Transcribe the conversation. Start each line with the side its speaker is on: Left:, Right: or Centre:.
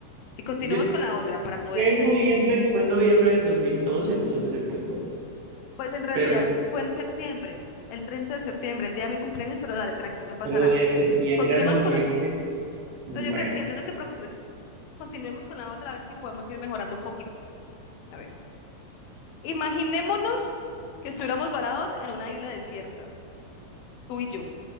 Left: Si continuamos
Right: Yo,
Left: con la otra para poder,
Right: Fue en noviembre, fue en noviembre del 2002, entonces pues bueno,
Left: pues en realidad
Right: pero,
Left: fue en septiembre, el 30 de septiembre, el día de mi cumpleaños, pero dale, tranquilo, no pasa
Right: pero
Left: nada.
Right: de septiembre
Left: Continuemos
Right: a noviembre,
Left: con la siguiente.
Right: bueno,
Left: No, yo te entiendo, no te preocupes. ¿sí? Continuemos con la otra, a ver si podemos ir mejorando un poquito. A ver, imaginémonos que estuviéramos varados en una isla desierta, tú y yo,